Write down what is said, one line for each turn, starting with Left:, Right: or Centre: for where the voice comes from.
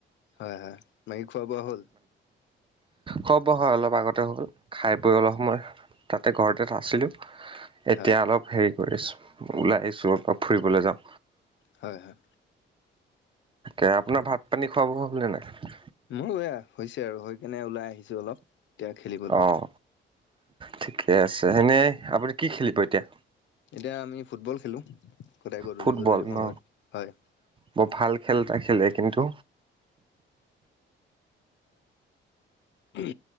Left: হয় হয় বাকী খোৱা বোৱা হল?
Right: হ'ব হয় অলপ আগতে হ'ল খাই বৈ অলপ সময় তাতে ঘৰতে আছিলোঁ এতিয়া
Left: হয়
Right: অলপ হেৰি কৰি আছো ওলাই আহিছো অলপমান ফুৰিবলৈ যাওঁ
Left: হয় হয়
Right: এ আপোনাৰ ভাত পানী খোৱা বোৱা হল নে নাই?
Left: মোৰ এয়া হৈছে আৰু হৈ কেনে ওলাই আহিছো অলপ এতিয়া খেলিবলৈ
Right: অঁ ঠিকে আছে এনে আপুনি কি খেলিব এতিয়া?
Left: এতিয়া আমি ফুটবল খেলোঁ সদায় গধূলি
Right: ফুটবল
Left: গধূলি সময়ত
Right: ন
Left: হয়
Right: বৰ ভাল খেল এটা খেলে কিন্তু
Left: উম